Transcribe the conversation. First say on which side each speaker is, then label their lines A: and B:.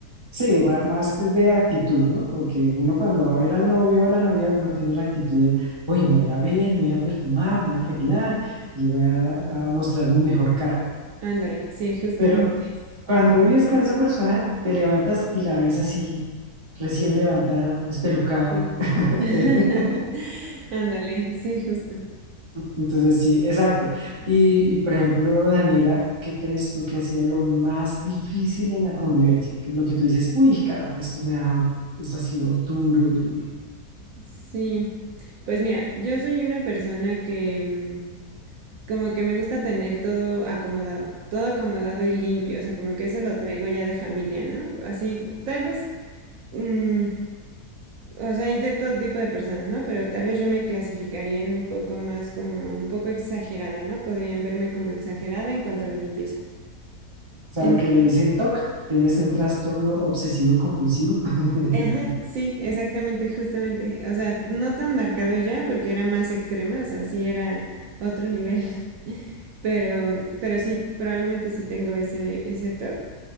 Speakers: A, on the right; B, on the right.
A: Sí, ma- más de actitud, ¿no? Como que uno cuando va a ver al novio o a la novia, uno tiene la actitud de, uy, me voy a ver, me voy a perfumar, me voy a arreglar y voy a, a mostrar mi mejor cara.
B: Ándale, sí, justamente,
A: Pero cuando vives con esa persona, te levantas y la ves así, recién levantada, espelucada.
B: sí.
A: <laughs>
B: <laughs> Ándale, sí, justo.
A: Entonces, sí, exacto. Y, y por ejemplo, Daniela, ¿qué crees tú que ha sido lo más difícil en la convivencia? Que lo que tú dices, uy, caramba, esto me ha, esto ha sido duro, duro.
B: Sí. Pues mira, yo soy una persona que mm, como que me gusta tener todo acomodado, todo acomodado y limpio, o sea, como que eso lo traigo ya de familia, ¿no? Así, tal vez mm, O sea, hay de todo tipo de personas, ¿no? Pero tal vez yo me clasificaría en un poco más como un poco exagerada, ¿no? Podrían verme como exagerada en cuanto a la limpieza.
A: O sea,
B: En-
A: lo que le dicen TOC, tienes un trastorno obsesivo compulsivo. <laughs>
B: Ajá, sí, exactamente, justamente. O sea, no tan marcado ya porque era más extrema, o sea, sí era otro nivel. <laughs> Pero, pero sí, probablemente sí tengo ese, ese toque.